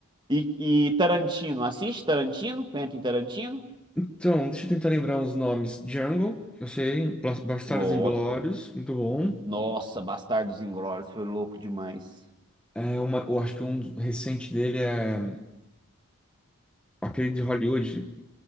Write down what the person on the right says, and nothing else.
e, e Tarantino, assiste Tarantino? Quentin Tarantino?
Nossa.
Nossa, Bastardos Inglórios foi louco demais.